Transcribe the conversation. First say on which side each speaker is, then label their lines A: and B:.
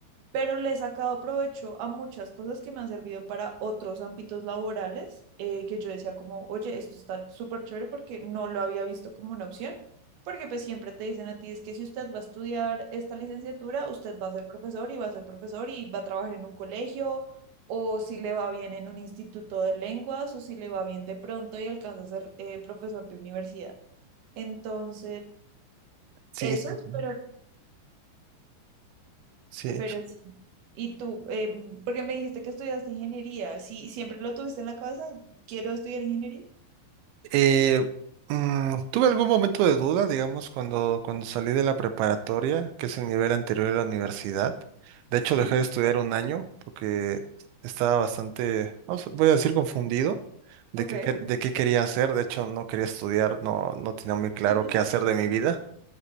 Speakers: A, on the right; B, on the right.
A: pero le he sacado provecho a muchas cosas que me han servido para otros ámbitos laborales, eh, que yo decía como, oye, esto está súper chévere porque no lo había visto como una opción, porque pues siempre te dicen a ti, es que si usted va a estudiar esta licenciatura, usted va a ser profesor y va a ser profesor y va a trabajar en un colegio, o si le va bien en un instituto de lenguas, o si le va bien de pronto y alcanza a ser eh, profesor de universidad. Entonces,
B: sí,
A: eso,
B: sí. sí.
A: pero
B: Sí.
A: Pero sí. Y tú, eh, porque me dijiste que estudiaste ingeniería, ¿sí siempre lo tuviste en la cabeza? ¿Quiero estudiar ingeniería?
B: Eh, mm, tuve algún momento de duda, digamos, cuando, cuando salí de la preparatoria, que es el nivel anterior a la universidad. De
A: Sí.
B: hecho, dejé de estudiar un año porque estaba bastante, vamos, voy a decir, confundido de
A: Ok.
B: qué, que- de qué quería hacer. De hecho, no quería estudiar, no, no tenía muy claro
A: <laughs>
B: qué hacer de mi vida.